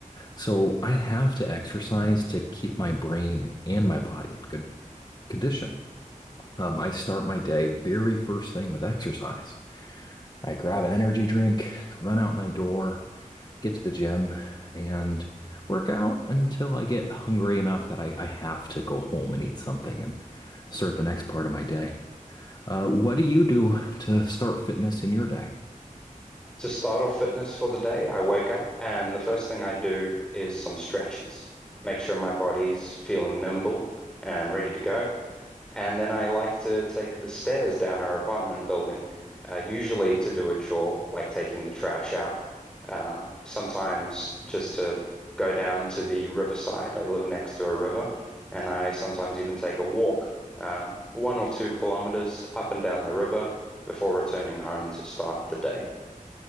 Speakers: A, on the left; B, in the centre.
A: So I have to exercise to keep my brain and my body in good condition. Um, I start my day very first thing with exercise. I grab an energy drink, run out my door, get to the gym, and work out until I get hungry enough that I, I have to go home and eat something and start the next part of my day. Uh, what do you do to start fitness in your day?
B: To start off fitness for the day, I wake up and the first thing I do is some stretches, make sure my body's feeling nimble and ready to go. And then I like to take the stairs down our apartment building, uh, usually to do a chore, like taking the trash out. Uh, sometimes just to go down to the riverside. I live next to a river, and I sometimes even take a walk, um, one or two kilometers up and down the river before returning home to start the day.